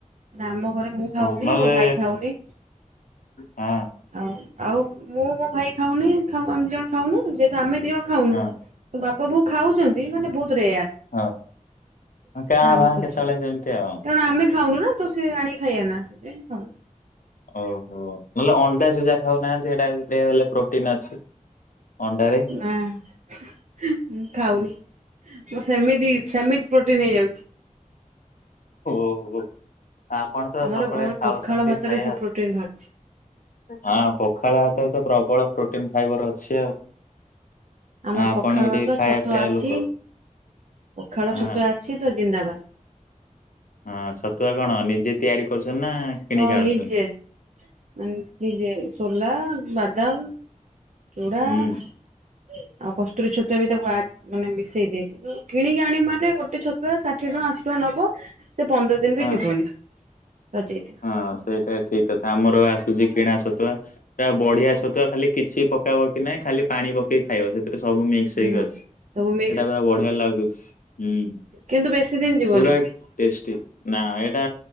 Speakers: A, on the right; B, on the left.
A: ଆମ ଘରେ ମୁଁ ଖାଉନି
B: ଓ ନହେଲେ
A: ମୋ ଭାଇ ଖାଉନି
B: ହଁ।
A: ଆଉ ଆଉ ମୁଁ ମୋ ଭାଇ ଖାଉନି ଖାଉ ଆମେ ଦିଜଣ ଖାଉନୁ ଯେହେତୁ ଆମେ ଦିଜଣ ଖାଉନୁ
B: ହଁ
A: ତ ବାପା ବୋଉ ଖାଉଚନ୍ତି ମାନେ ବୋହୁତ ରେଆର।
B: ଓହୋ କାଁ
A: ଭାଁ
B: ଭା
A: କ୍ୱଚିତ।
B: କେତେବେଳେ ଯେମିତି ଆଉ।
A: କାରଣ ଆମେ ଖାଉନୁ ନା ତ ସେ ଆଣିକି ଖାଇବେନା ସେଥିପାଇଁ ଖାଉନୁ
B: ଓହୋ ନହେଲେ ଅଣ୍ଡା ସିଝା ଖାଉନାହାନ୍ତି ହେଟା ଦେ ହେଲେ ପ୍ରୋଟିନ ଅଛି। ଅଣ୍ଡାରେ।
A: ନାଁ ହୁଁ ହୁଁ ମୁଁ ଖାଉନି। ସେମିତି ସେମିତି ପ୍ରୋଟିନ୍ ହେଇଯାଉଚି।
B: ଓହୋ ଆପଣ ତ
A: ଆମର
B: ସବୁବେଳେ
A: ଆମର ପଖାଳ
B: ଖାଉଚନ୍ତି
A: ଭାତରେ
B: ଖାଇବା।
A: ସବୁ ପ୍ରୋଟିନ ବାହାରୁଛି।
B: ହଁ ପଖାଳ ଭାତରେ ତ ପ୍ରବଳ ପ୍ରୋଟିନ ଫାଇବର ଅଛି ଆଉ।
A: ଆମର
B: ଆପଣ
A: ପଖାଳ
B: ବି
A: ଭାତ
B: ଟିକେ ଖାଇବା
A: ଛତୁଆ
B: ପ୍ରିୟ
A: ଅଛି
B: ଲୋକ
A: ପଖାଳ
B: ହଁ।
A: ଛତୁଆ ଅଛି ତ ଜିନ୍ଦାବାଦ।
B: ହଁ ଛତୁଆ କଣ ନିଜେ ତିଆରି କରୁଚନ୍ତି ନା କିଣିକି
A: ହଁ
B: ଆଣୁଚନ୍ତି?
A: ନିଜେ ମାନେ କି ଯେ ସୋଲା ବାଦାମ ଚୂଡ଼ା ଆଉ
B: ହୁଁ।
A: କସ୍ତୁରୀ ଛତୁଆ ବି ତାକୁ ଆଡ ମାନେ ମିଶେଇ ଦେଇକି କିଣିକି ଆଣିବୁ ମାନେ ଗୋଟେ ଛତୁଆ ସାଠିଏ ଟଙ୍କା। ପାଞ୍ଚଶହ ଟଙ୍କା ନବ ସେ ପନ୍ଦର ଦିନ
B: ହଁ
A: ବି ଯିବନି। ସରିଯାଇଥିବ
B: ହଁ ସେଇଟା ଠିକ୍। କିନ୍ତୁ ଆମର ପା ଆସୁଚି କିଣା ସତୁଆ ପୁରା ବଢିଆ ସତୁଆ ଖାଲି କିଛି ପକା ପକି ନାହିଁ ଖାଲି ପାଣି ପ କେଇ ଖାଇବ ସେଥିରେ ସବୁ ମିକ୍ସ
A: ହୁଁ
B: ହେଇକି ଅଛି
A: ସବୁ ମିକ୍ସ
B: ଏଟାବା ପୁରା ବଢିଆ ଲାଗୁଚି ହୁଁ।
A: କିନ୍ତୁ ବେଶୀ ଦିନ ଯିବନି।
B: ପୁରା ଟେଷ୍ଟି ନା ଏଟା